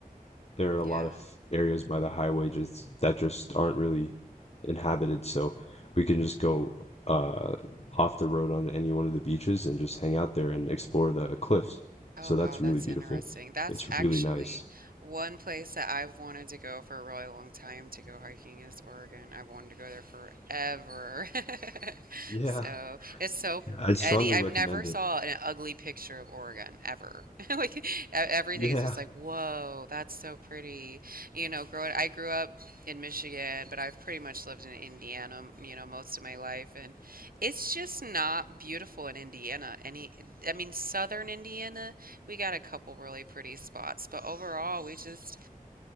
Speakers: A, on the left; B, on the right.
A: there are
B: Yeah.
A: a lot of areas by the highway just that just aren't really inhabited, so we can just go uh, off the road on any one of the beaches and just hang out there and explore the cliffs.
B: Oh,
A: So
B: wow,
A: that's
B: that's
A: really beautiful.
B: interesting. That's
A: It's
B: actually
A: really nice.
B: one place that I've wanted to go for a really long time to go hiking is Oregon. I've wanted to go there forever. <laughs>
A: Yeah,
B: So it's so
A: yeah, I'd strongly
B: any I've
A: recommend
B: never saw
A: it.
B: an ugly picture of Oregon ever. <laughs> Like e- everything
A: Yeah,
B: is just like, whoa, that's so pretty. You know, growing I grew up in Michigan, but I've pretty much lived in Indiana, you know, most of my life, and it's just not beautiful in Indiana. Any, I mean, southern Indiana, we got a couple really pretty spots, but overall, we just,